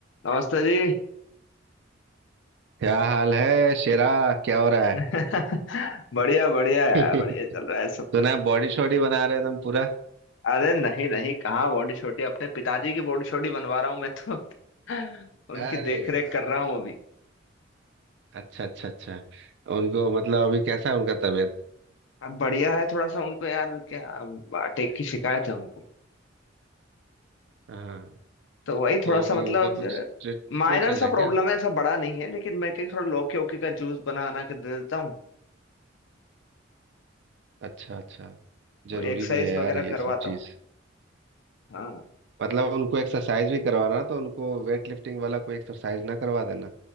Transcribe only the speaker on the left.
नमस्ते जी
<laughs> बढ़िया बढ़िया यार
बढ़िया चल रहा है सब
कुछ
अरे नहीं नहीं कहाँ बॉडी छोटी अपने पिताजी की बॉडी छोटी बनवा रहा हूँ मैं तो <laughs> उनकी
देख रेख
कर रहा हूँ अभी
अब बढ़िया है थोड़ा सा उनको यार क्या अटैक की शिकायत है उनको
तो वही
थोड़ा
सा मतलब
माइनर
सा
प्रॉब्लम है ऐसा बड़ा नहीं है लेकिन मैं क्या थोड़ा लौकी ओकी का जूस बना बना के दे देता हूँ
थोड़ी एक्सरसाइज
वगैरह
करवाता
हूँ हाँ